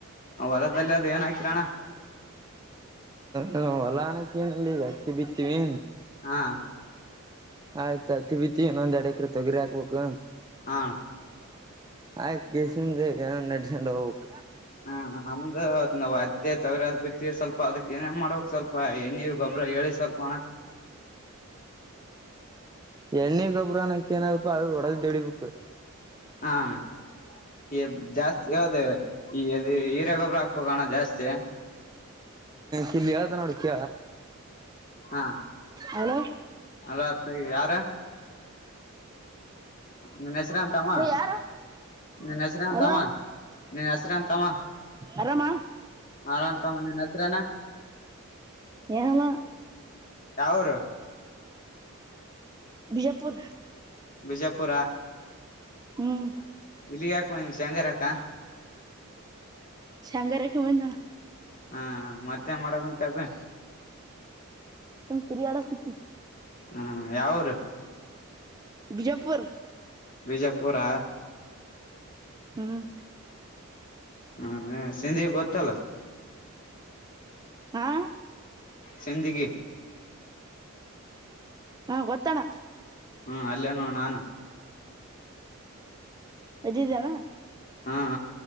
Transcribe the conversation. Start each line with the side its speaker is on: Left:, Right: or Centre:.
Left: ಹೊರದಲ್ಲಿ ಅದ್ ಏನ್ ಆಯ್ತರಣ
Right: ಹ ಹೊಲಾನಕ್ಕಿನಲ್ಲಿ ಹತ್ತಿ ಬಿತ್ತೀವಿ
Left: ಹಾ
Right: ಆಯ್ತತಿ ಬಿತಿ ಇನ್ನೊಂದ್ ಎಡಕ್ರ ತೊಗಿರಿ ಹಾಕ್ಬೇಕು
Left: ಆನ್ <unintelligible> <unintelligible>
Right: ಆಯ್ ಕಸಿಂದ ಏನ ನಡ್ಸೊಂಡ್ ಹೋಗ್ಬೇಕು
Left: ಹ್ಮ ನಮ್ದು ಅದ್ ನಾವ ತ್ತೆ ತಗ್ರ ಅದ್ ಬಿಟ್ಟ ಸ್ವಲ್ಪ ಅದಕ್ಕೆ ಏನನ್ ಮಾಡ್ಬೇಕ್ ಸ್ವಲ್ಪ ಹೆಣ್ಣಿ ನೀವು ಗೊಬ್ಬ್ರ ಹೇಳಿ ಸ್ವಲ್ಪ ಅಣ
Right: ಎಣ್ಣಿಕಪರ ನಕ್ಕನಪ ಅದು ಹೋಡದಿದ್ದ ಇಡಿಬೇಕು
Left: ಹಾ ಅಣ್ಣಾ ಈ ಜಾಸ್ತಿ ಹದ ಈ ಇದೇ ಗೊಬ್ಬರ ಹಾಕ್ಬೇಕುಣ ಜಾಸ್ತಿ
Right: ಚಲ್ಲಿದ ನೋಡ ಕ
Left: ಹಾ
Right: ಹಲೋ
Left: ಅಲ್ಲ ಯಾರ ನಿನ್ ಹೆಸರೇನ ತಮ್ಮ
Right: ಯಾರು
Left: ನಿನ್ ಹೆಸರು ಅಂತಮ್ಮ
Right: ಹಲೋ
Left: ನೀನ್ ಹೆಸರುಂತಮ್ಮ
Right: ಆರಾಮ
Left: ಆರಾಮಮ್ಮ ನಿನ್ ಹೆಸರನ
Right: ಏನಿಲ್ಲ
Left: ಯಾವರು
Right: ಬಿಜಾಪುರ್
Left: ಬಿಜಾಪುರ
Right: ಹ್ಮ್
Left: ಇಲ್ಲಿ ಯಾಕ ಬಂದಿಯಾ ಶೆಂಗಾರಾಕ
Right: ಶ್ಯಾಂಗಾರಕ್ಕ ಬಂದಿನಿ ಅಣ್ಣಾ
Left: <unintelligible> ಹಾ ಮತ್ತೆ ಮಾಡಕುಂತಿ ಅಪ್ಪಿ
Right: ಸುಮ್ ತಿಗ್ರಡಕುಂತಿನಿ
Left: ಹ್ಮ್ ಯಾವೂರು
Right: ಬಿಜೆಪುರ್
Left: ಬಿಜಾಪುರ
Right: ಹ್ಮ್
Left: ಹ್ಮ ಸಿಂಧಿ ಗೊತ್ತಲ್ಲ
Right: ಆ
Left: ಸೆಂದಿಗಿ
Right: ಹಾ ಗೊತ್ತ ಅಣ್ಣ
Left: ಹ್ಮ್ ಅಲ್ಲೇ ನೋಡ್ ನಾನು
Right: ಮದಿದ್ದಾನ
Left: ಹಾ